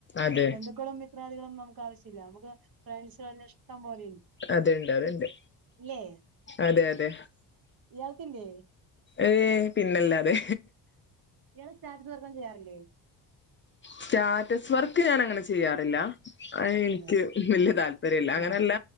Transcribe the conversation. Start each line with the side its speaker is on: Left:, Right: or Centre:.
Left: അതെ
Right: ബന്ധുക്കളും മിത്രാദികളും നമുക്ക് ആവശ്യമില്ല നമുക്ക് ഫ്രാസല്ല ഇഷ്ടം പോല
Left: അതണ്ട് അത്ണ്ട്
Right: ഇല്ലേ
Left: അതെ അതെ
Right: ഇയാൾക്കില്ലേ
Left: ഏ പിന്നല്ലാതെ
Right: ഞങ്ങള് സ്റ്റാത്ത് പറക്കം ചെയ്യാറില്ലേ
Left: സ്റ്റാറ്റസ് വർക്ക് ഞാൻ അങ്ങനെ ചെയ്യാറില്ല അ എനിക്ക്
Right: അതെ അതെ
Left: വല്യ താല്പര്യല്ല അങ്ങനല്ല
Right: ആഹ്